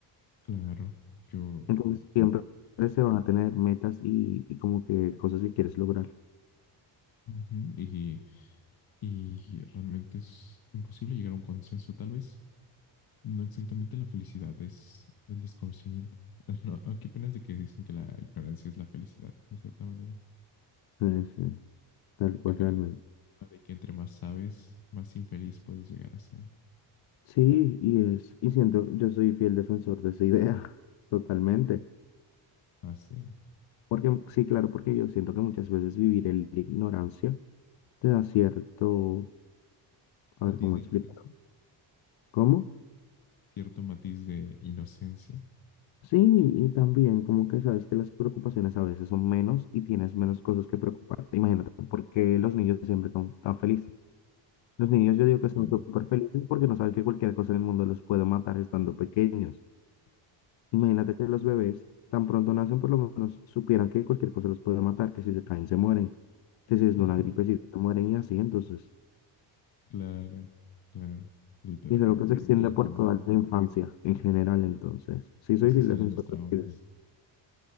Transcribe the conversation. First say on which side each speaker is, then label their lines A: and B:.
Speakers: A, on the left; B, on the left.
A: Claro, yo,
B: Entonces siempre
A: yo,
B: se van a tener metas y, y como que cosas que quieres lograr.
A: ujú, y, y realmente es imposible llegar a un consenso, tal vez no exactamente la felicidad, es el desconocimiento. <laughs> No, ¿qué opinas de que dicen que la ignorancia es la felicidad, de cierta manera?
B: Eh, sí, tal cual
A: ¿Qué opinas
B: realmente.
A: de que entre más sabes, más infeliz puedes llegar a ser?
B: Sí, y es, y siento, yo soy fiel defensor de esa idea, <laughs> totalmente.
A: Ah, sí.
B: Porque sí, claro, porque yo siento que muchas veces vivir en la ignorancia te da cierto, a
A: Matiz
B: ver cómo
A: de
B: explicar,
A: inocencia.
B: ¿cómo?
A: Cierto matiz de inocencia.
B: Sí, y también como que sabes que las preocupaciones a veces son menos y tienes menos cosas que preocuparte. Imagínate, porque los niños siempre son tan felices. Los niños yo digo que son
A: Claro.
B: súper felices porque no saben que cualquier cosa en el mundo los puede matar estando pequeños. Imagínate que los bebés tan pronto nacen por lo menos supieran que cualquier cosa los puede matar, que si se caen se mueren, que
A: <laughs>
B: si es de una gripecita se mueren y así, entonces.
A: Claro, claro. Literalmente
B: Y es algo que se extiende
A: vivirían
B: por
A: con miedo.
B: toda la infancia, en general, entonces. Sí, soy
A: que sí
B: fiel
A: salen
B: defensor
A: los traumas.
B: del